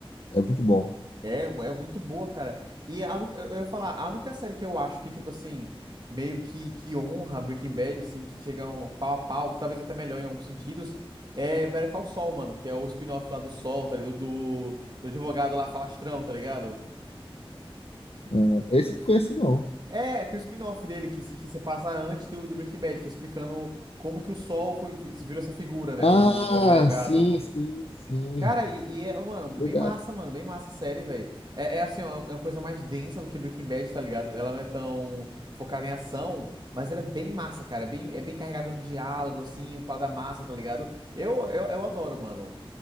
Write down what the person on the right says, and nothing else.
É, é muito boa, cara. E a única, eu eu ia falar, a única série que eu acho que, tipo assim, meio que, que honra Breaking Bad, assim, que chega um pau a pau, talvez até melhor em alguns sentidos, é Better Call Saul, mano, que é o spin-off lá do Sol, tá ligado? Do, do advogado lá, falastrão, tá ligado?
É, tem o spin-off dele que se, que se passa antes do, do Breaking Bad, que é explicando como que o Sol foi, virou essa figura, né?
O advogado.
Cara, e, e é, mano,
bem massa, mano, bem massa a série, velho. É, é assim, ó, é uma coisa mais densa do que Breaking Bad, tá ligado? Ela não é tão focada em ação, mas ela é bem massa, cara. É bem, é bem carregada no diálogo, assim, parada massa, tá ligado? Eu, eu, eu adoro, mano.